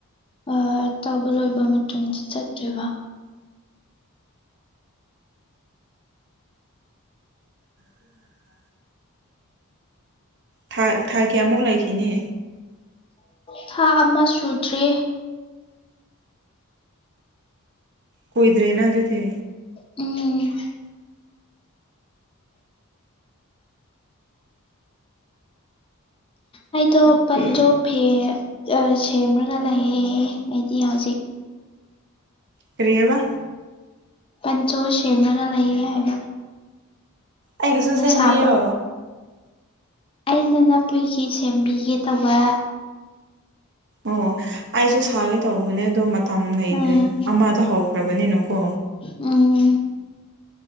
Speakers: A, on the left; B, on the right.
A: ꯑꯥ ꯇꯧꯕ ꯂꯣꯢꯕ ꯃꯇꯨꯡꯗ ꯆꯠꯇꯣꯢꯕ
B: <inaudible> ꯊꯥ ꯊꯥ ꯀꯌꯥꯃꯨꯛ ꯂꯩꯈꯤꯅꯤ
A: ꯊꯥ ꯑꯃ ꯁꯨꯗ꯭ꯔꯤ
B: ꯀꯨꯢꯗ꯭ꯔꯦꯅ ꯑꯗꯨꯗꯤ
A: ꯎꯝ ꯑꯩꯗꯣ ꯄꯟꯖꯣ ꯐꯦ ꯑ ꯁꯦꯝꯔꯒ ꯂꯩꯌꯦ ꯑꯩꯗꯤ ꯍꯧꯖꯤꯛ
B: ꯀꯔꯤꯑꯕ
A: ꯄꯟꯆꯣ ꯁꯦꯝꯔꯒ ꯂꯩꯌꯦ ꯍꯥꯢꯕ
B: ꯑꯩꯒꯁꯨ ꯁꯦꯝꯕꯤꯌꯣ
A: ꯁꯥꯕ ꯑꯩꯅ ꯅꯄꯨꯢꯒꯤ ꯁꯦꯝꯕꯤꯒꯦ ꯇꯧꯕ
B: ꯑꯣ ꯑꯩꯁꯨ ꯁꯥꯒꯦ ꯇꯧꯕꯅꯦ ꯑꯗꯣ ꯃꯇꯝ ꯂꯩꯗ꯭ꯔꯦ
A: ꯎꯝ
B: ꯑꯃꯗ ꯍꯧꯈ꯭ꯔꯕꯅꯤꯅꯀꯣ
A: ꯎꯝ